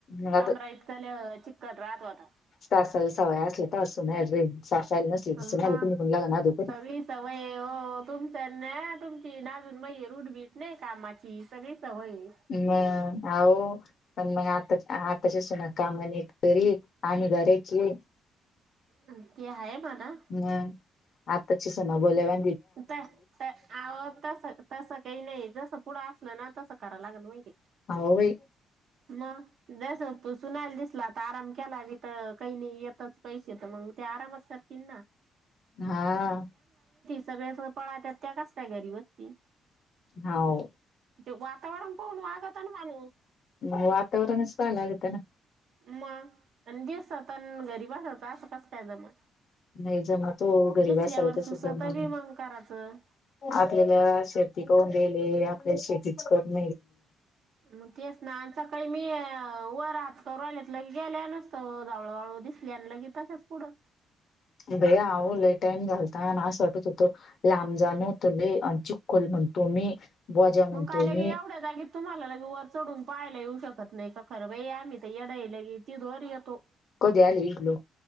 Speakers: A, on the left; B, on the right.
A: मग
B: कंमारा इतकाल चिखल राहत होतं
A: तासल सवय असल्या तर असून नाही रे <unintelligible> नसली तस
B: अम्मा
A: नाही निघून लाग ना अधोपरी
B: सवी सवय हो तुमच्या न <inaudible> तुमची नाजून <unintelligible> म रूढबीट नाही कामाची सगळी सवय आहे.
A: हम <inaudible> पण मग आता आता सुना काम एक तरी आम्ही घरायची आहे.
B: अ ते आहे. म्हणा
A: हम् आताच्या सुना बोलावा.
B: तस -तस काही नाही जस पुढं असलं ना. करा लागल
A: हो बाई
B: मग जस तू सुनायला दिसल. आराम केला तिथं तर काही नाही येतच पैसे तर मग ते आरामच करतील ना.
A: हा.
B: सगळेन सोबत पळतात त्या कस काय घरी बसतील.
A: हावं.
B: वातावरण पाहून वागत ना माणूस
A: वातावरण सल आगत ना.
B: मग आणि दिवसात घरी बसायचं असं कस काय जमल.
A: नाही जमा तो घरी
B: दिसल्यावर
A: बसायला कसं
B: सुसत
A: जमलं.
B: बी मग करायचं
A: आपल्याला शेती करहून राले आपल्याला शेतीच करून
B: मग तेच ना सकाळी मी वर हात करु रहिल्यातलं गेल्या नसतं हळूहळू. दिसली की तसच पुढं.
A: भैया हो लय टाईम घालत. असं वाटत होतं लांब जाणवतं आणि चिकखल म्हणतो मी बोजा म्हणतो
B: मग कायला
A: मी
B: गे एवढ्या जागेत तुम्हाला वर चढून पाहायला येऊ शकत नाही का खरं बाई आम्ही तर येढाईला ती ोर येतो.
A: कधी आले इकलो